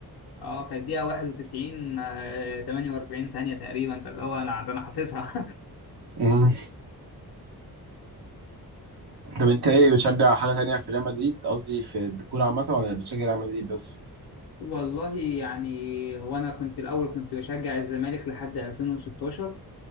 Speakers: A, on the left; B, on the right.
A: اه كانت دقيقة 91 آه، 48 ثانية تقريبا فاللي هو انا ده انا حافظها
B: مم. طب انت ايه بتشجع حاجه تانية في ريال مدريد قصدي في الكوره عامه ولا بتشجع ريال مدريد بس؟
A: <laughs> والله يعني هو انا كنت الاول كنت بشجع الزمالك لحد 2016